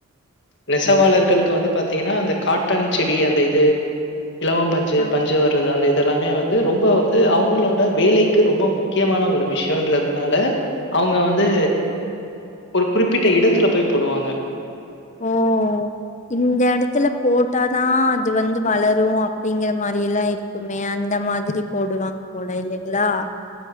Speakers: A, on the left; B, on the left.
A: நெசவாளர்களுக்கு வந்து பாத்தீங்கன்னா அந்த காட்டன் செடி அந்த இது இளவம் பஞ்சு
B: ஆ
A: பஞ்சு வர்றது அந்த இது இதெல்லாமே வந்து ரொம்ப வந்து அவுங்குளோட வேலைக்கு ரொம்ப முக்கியமான ஒரு விஷயோன்றதுனால அவுங்க வந்து ஒரு குறிப்பிட்ட இடத்துல போய் போடுவாங்க
B: ஓ இந்த எடத்துல போட்டாதா அது வந்து வளரு அப்டிங்கிற மாரி எல்லா இருக்குமே அந்த மாதுரி போடுவாங்க போல இல்லைங்ளா